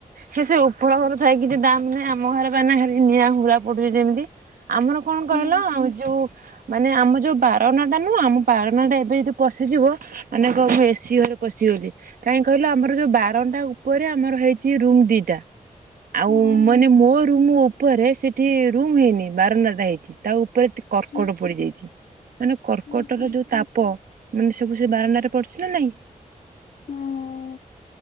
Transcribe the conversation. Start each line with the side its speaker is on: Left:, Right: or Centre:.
Right: ସେ, ସେ ଉପର ଘର ଥାଇ କିଛି ଦାମ୍ ନାହିଁ, ଆମ ଘରେ ପାଇଁ ଖାଲି ନିଆଁ ହୁଳା ପଡୁଛି, ଯେମିତି ଆମର କଣ
Left: ହୁଁ
Right: କହିଲ, ଆ ଯୋଉ ମାନେ ଆମ ଯୋଉ ପାରନା ଟା ନୁହଁ, ଆମ ପାରନା ଟା ଏବେ ଯଦି ପଶିଯିବ ମାନେ କହିବ ଏସିି ଘରେ ପଶିଗଲି, କାହିଁ କହିଲ ଆମ ଆମର ଯୋଉ ବାରଣ୍ଡା ଉପରେ ଆମର ହେଇଛି, ରୁମ ଦିଟା ଆଉ
Left: ହୁଁ
Right: ମାନେ ମୋ ରୁମ ଉପରେ ସେଠି ରୁମ ହେଇନି, ବାରଣ୍ଡା ଟା ହେଇଛି, ତା ଉପରେ କର୍କଟ
Left: ହୁଁ
Right: ପଡିଯାଇଛି। ମାନେ କର୍କଟ
Left: ହୁଁ।
Right: ର ଯୋଉ ତାପ ମାନେ ସବୁ ସେ ବାରଣ୍ଡରେ ପଡୁଛି, ନା ନାଇଁ।
Left: ହୁଁ।